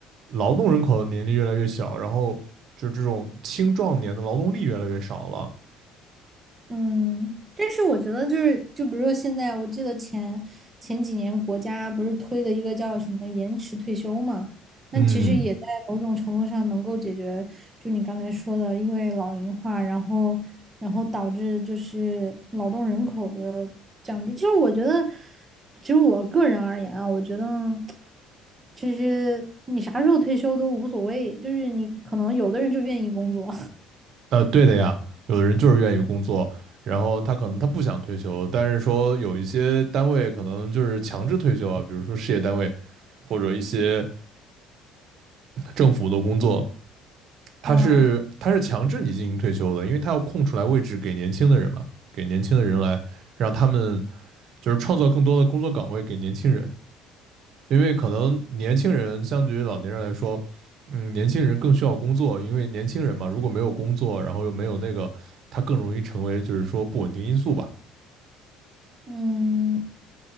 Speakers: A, on the right; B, on the right.
A: 劳动人口的年龄越来越小，然后就是这种青壮年的劳动力越来越少了，
B: 嗯，但是我觉得就是，就比如说现在，我记得前前几年国家不是推了一个叫什么延迟退休嘛，那其实也在某种程度上能够解决，
A: 嗯。
B: 就你刚才说的，因为老龄化，然后然后导致就是劳动人口的降低。其实我觉得，其实我个人而言啊，我觉得其实你啥时候退休都无所谓，就是你可能有的人就愿意工作
A: 呃，对的呀，有的人就是愿意工作，然后他可能他不想退休，但是说有一些单位可能就是强制退休啊，比如说事业单位或者一些政府的工作，他是他是强制你进行退休的，
B: <laughs> 啊，
A: 因为他要空出来位置给年轻的人嘛，给年轻的人来让他们就是创造更多的工作岗位给年轻人，因为可能年轻人相对于老年人来说，嗯，年轻人更需要工作，因为年轻人嘛，如果没有工作，然后又没有那个，他更容易成为就是说不稳定因素吧。
B: 嗯。